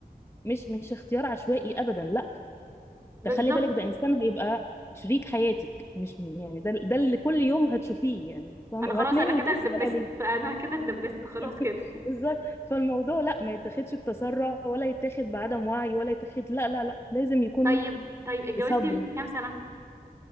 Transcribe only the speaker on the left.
مش مش اختيار عشوائي ابدا لا
تخلي بالك ده انسان هيبقى شريك حياتك مش يعني ده ده اللي كل يوم هتشوفيه يعني فاهمه
وهتنامي
وتصحي
عليه
<laughs>
بالظبط فالموضوع لا ما يتاخدش بتسرع ولا يتاخد بعدم وعي ولا يتاخد لا لا لا لازم يكون
بصبر